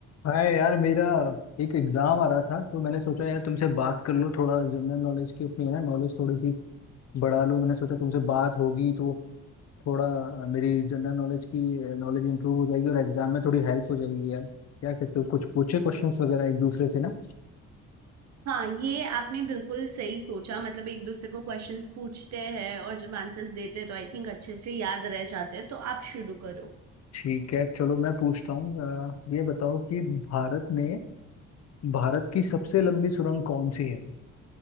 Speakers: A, on the left; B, on the right.
A: हाय यार मेरा एक एग्जाम आ रहा था तो मैंने सोचा यार तुमसे बात कर लूँ थोड़ा जनरल नॉलेज की अपनी है ना नॉलेज थोड़ी सी बढ़ा लूँ मैंने सोचा तुमसे बात होगी तो थोड़ा अ, मेरी जनरल नॉलेज की नॉलेज इंप्रूव हो जाएगी और एग्जाम में थोड़ी हेल्प हो जाएगी यार क्या कहते हो कुछ पूछे क्वेश्चंस वगैरह एक दूसरे से ना
B: हाँ ये आपने बिल्कुल सही सोचा मतलब एक दूसरे को क्वेश्चंस पूछते हैं और जब आंसर्स देते हैं तो आई थिंक अच्छे से याद रह जाते हैं तो आप शुरू करो
A: ठीक है चलो मैं पूछता हूँ अ, ये बताओ कि भारत में भारत की सबसे लंबी सुरंग कौन सी है